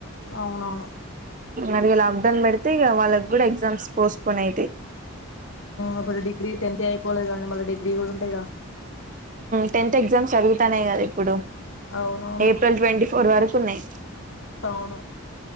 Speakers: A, on the left; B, on the right.
A: అవునవును
B: మరిగ లాబ్డౌన్ బడితే ఈ వాళ్ళ మకుడ ఎగ్జామ్స్ పోస్పోన్ అయితయి
A: ఇప్పుడు డిగ్రీ టెన్త్ అయిపోలేదు కానీ మళ్ళీ డిగ్రీ కూడా ఉంటాయి క
B: టెన్త్ ఎగ్జామ్స్ జరుగుతానేయి కదా ఇప్పుడు
A: అవునవును
B: ఏప్రిల్ ట్వంటీ ఫోర్ వరకు కునాయి
A: అవును